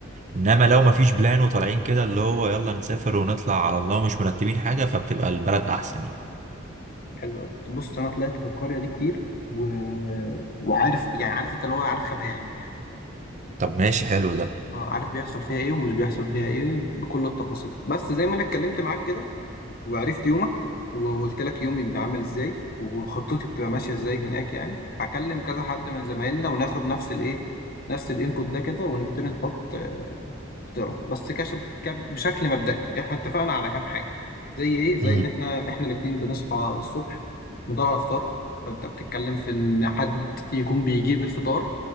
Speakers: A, on the right; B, on the left.
A: انما لو مفيش بلان وطالعين كده اللي هو يلا نسافر ونطلع على الله ومش مرتبين حاجة فبتبقى البلد احسن يعني
B: حلو قوي بص انا طلعت في القريه دي كتير و... وعارف يعني عارف انت اللي هو عارف خباياها من الاخر
A: طب ماشي حلو ده
B: اه عارف بيحصل فيها ايه ومش بيحصل فيها ايه بكل التفاصيل بس زي ما انا اتكلمت معاك كده وعرفت يومك وقلت لك يومي بيبقى عامل ازاي وخطتي بتبقى ماشيه ازاي هناك يعني هكلم كذا حد من زمايلنا وناخد نفس الايه نفس الانبوت ده كده ونبتدي نحط آه، اختيارات بس كش بشكل مبدئي احنا اتفقنا على كام حاجه زي ايه زي
A: مم.
B: ان احنا احنا الاثنين بنصحى الصبح ندور على الفطار فانت بتتكلم في ان حد يكون بيجيب الفطار